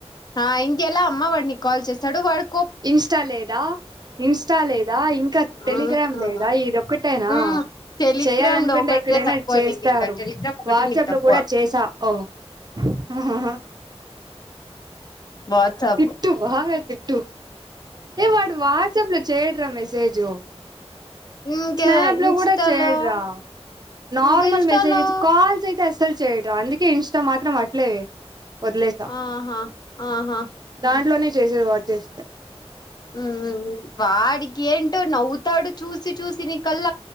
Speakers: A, on the left; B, on the right.
A: ఆ ఇంకెలా అమ్మ వాడిని కాల్ చేస్తాడు వాడు
B: ఇంస్టా లేదా ఇన్స్టా లేదా ఇంకా టెలిగ్రామ్
A: ఉమ్
B: లేదా ఇదిొక్కటైనా
A: ఉమ్ టెలిగ్రామ్
B: చేయాలనుకుంటే
A: లో ఒకటే
B: ఎక్కడైనా
A: తక్కువ
B: చేస్తారు
A: నీకు ఇంకా టెలిగ్రామ్ ఒకటే
B: వాట్సాప్
A: నీకు తక్కువ
B: లో కూడా చేసా ఓ హహ
A: వాట్సాప్
B: తిట్టు బాగా తి టూ ఏ వాడు వాట్సాప్ లో చేయడురా మెస్ జయజో
A: ఇంకా
B: స్నాప్ లో
A: ఇన్స్టాలో
B: కూడా చేయడ రా నార్మల్
A: ఇంక ఇన్స్టాలో
B: మెసేజ్ కాల్స్ అయితే అస్ అస్సలు చెయ్యడు అందుకే ఇన్స్టా మాత్రం అట్లే వదిలేసా
A: ఆహా ఆహా
B: దాంట్లోనే చేసేది వాడు చేస్తే
A: హ్మ్ వాడ్కి ఏంటో నవ్వు తడు చూసి చూసి ని కల్ల